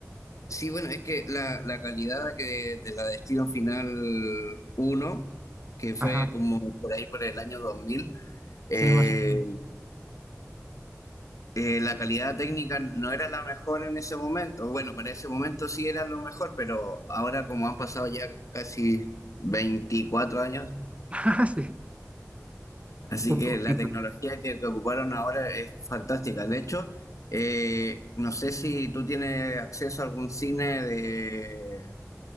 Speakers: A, on the left; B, on the right.
A: Sí, bueno, es que la, la calidad que, de la Destino Final uno, que fue
B: Ajá.
A: como por ahí por el año 2000, eh,
B: Sí, más o menos. <laughs>
A: eh, la calidad técnica no era la mejor en ese momento. Bueno, para ese momento sí era lo mejor, pero ahora como han pasado ya casi veinticuatro años,
B: Ah, sí,
A: Así
B: un
A: que
B: poquito.
A: la tecnología que, que ocuparon ahora es fantástica. De hecho, eh, no sé si tú tienes acceso a algún cine de,